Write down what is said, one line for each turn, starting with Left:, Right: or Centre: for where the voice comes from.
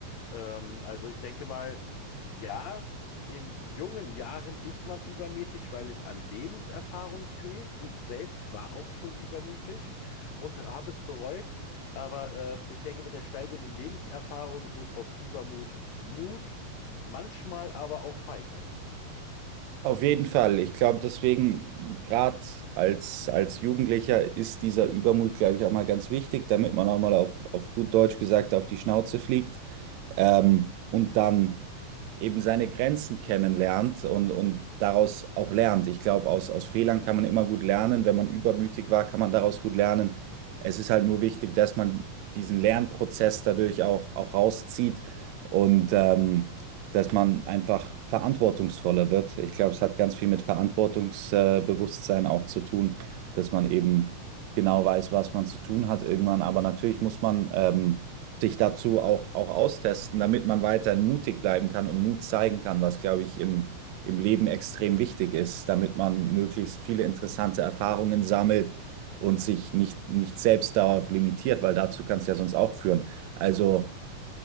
Left: Ähm, also ich denke mal, ja, in jungen Jahren ist man übermütig, weil es an Lebenserfahrung fehlt. Ich selbst war auch schon übermütig und habe es bereut. Aber ähm, ich denke, mit der steigenden Lebenserfahrung wird aus Übermut Mut, manchmal aber auch Feigheit.
Right: Auf jeden Fall. Ich glaube, deswegen, gerade als, als Jugendlicher, ist dieser Übermut, glaube ich, auch mal ganz wichtig, damit man auch mal auf, auf gut Deutsch gesagt auf die Schnauze fliegt ähm, und dann eben seine Grenzen kennenlernt und, und daraus auch lernt. Ich glaube, aus, aus Fehlern kann man immer gut lernen. Wenn man übermütig war, kann man daraus gut lernen. Es ist halt nur wichtig, dass man diesen Lernprozess dadurch auch, auch rauszieht und ähm, dass man einfach verantwortungsvoller wird. Ich glaube, es hat ganz viel mit Verantwortungsbewusstsein auch zu tun, dass man eben genau weiß, was man zu tun hat irgendwann. Aber natürlich muss man ähm, sich dazu auch, auch austesten, damit man weiterhin mutig bleiben kann und Mut zeigen kann, was, glaube ich, im, im Leben extrem wichtig ist, damit man möglichst viele interessante Erfahrungen sammelt und sich nicht, nicht selbst darauf limitiert, weil dazu kann es ja sonst auch führen. Also